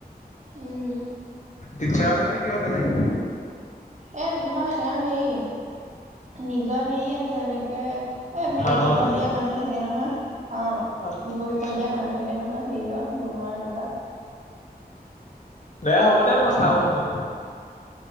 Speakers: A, on the right (about 45°); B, on the left (about 50°).
A: উম
B: টিচাৰ হয় নে কিবা বেলেগ
A: অ নহয় তাৰ হেৰি নিজৰ হেৰি আছে যেনেকে এ এইবোৰ
B: ফাৰ্ম
A: প্ৰশিক্ষন
B: হাউচ আছে।
A: দিয়া মানুহ থাকে নহয়। অ
B: আচ্ছা
A: প্ৰক্ষিশণ
B: আচ্ছা।
A: দিয়া মানুহ থাকে নহয়, হেৰিয় বনোৱা এনেকুৱা
B: দে হ'ব দে মই চাহ বনাওগৈ